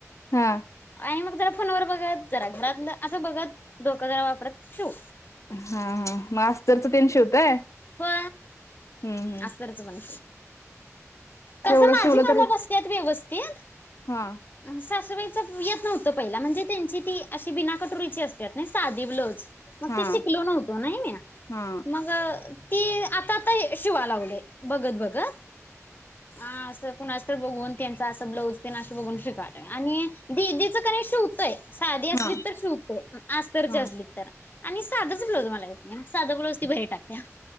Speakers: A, on the left; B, on the left.
A: हा
B: आणि मग जरा फोनवर बघत जरा घरातलं असं बघत डोकं जरा वापरत ठेव
A: हा हा मग अस्तरचं ती शिवताय
B: हो
A: हम्म हम्म
B: असतरच पण कस
A: तेवढं
B: माझी
A: शिवलं
B: मला
A: तरी
B: बसतेत व्यवस्थित
A: हा
B: सासूबाईच येत नव्हतं पहिला म्हणजे त्यांची ती अशी बिना कटोरीची असतात ना साधी ब्लोज मग
A: हा
B: ते शिकलो नव्हतो नाही मी
A: हा
B: मग ती आताता शिवा लावले बघत बघत हा असं कोण अस तर बघून त्यांच असं ब्लाऊज प बघून शिका आणि ददीच कणी हुतंय साधी असली
A: हा
B: तर शिवतेय आ्तरची
A: हा
B: असलीत तर आणि साधंच ब्लाऊज मला येत नाही साधा ब्लाउज ती बहीर टाकत्या